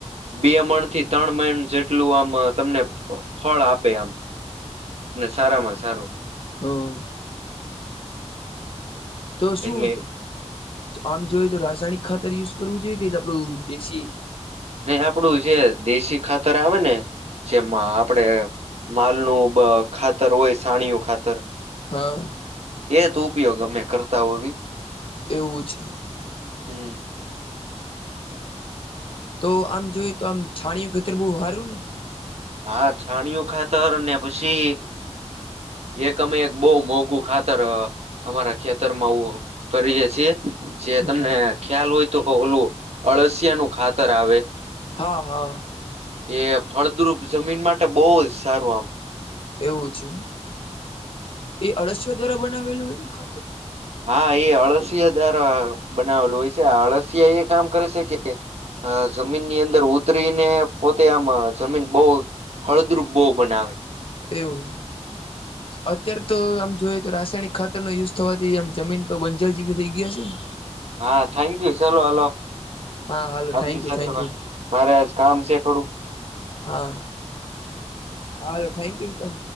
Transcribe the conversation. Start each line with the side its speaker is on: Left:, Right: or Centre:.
Right: બે મણ થી ત્રણ મન જેટલું આમ તમને ફળ આપે આમ. ને સારામાં સારું.
Left: હમ. તો શું
Right: એટલે
Left: આમ જોય તો રાસાયણિક ખાતર યુઝ કરવું જોઈએ કે આપણું દેશી?
Right: ન આપડું જે દેશી ખાતર આવે ને. જેમાં આપડે માલ ન ખાતર હોય સાણીયું ખાતર.
Left: હા.
Right: એ તો ઉપયોગ અમે કરતા હોવી.
Left: એવું છે.
Right: હમ.
Left: તો આમ જોય તો આમ છાણીઓ ખેતર બહ હારું ને.
Right: હા છાણિયું ખાતર ને પછી એક અમે એક બહ મોંઘું ખાતર અમારા ખેતરમાં કરીએ છેએ. જે
Left: હમ
Right: તમને ખ્યાલ હોય તો ઓલું અળસિયા નું ખાતર આવે.
Left: હા હા.
Right: એ ફળદ્રુપ જમીન માટે બહુ જ સારું આમ.
Left: એવું છે, એ અળસઓ દ્વારા બનાવેલું હોય ને ખાતર
Right: હા એ અળસિયા દાર બનાવેલું હોય છે આ અળસિયા એ કામ કરે છે કે અ જમીનની અંદર ઉતરીને પોતે આમ જમીન બહ ફળદ્રુબ બો બનાવે.
Left: એવું. અત્ય્યારે તો આમ જોયએ તો રાસાયણિક ખાતર નો યુઝ થવાથી આમ જમીન તો બંજાર જેવી થઈ ગયા હ છે ને?
Right: હા થેન્ક યુ ચલો હલો.
Left: હા હાલો
Right: આપની
Left: થેન્ક યુ
Right: સાથે
Left: થેન્ક યુ
Right: મારે આજ કામ છે થોડુંક.
Left: હા, હો થેન્ક યુ.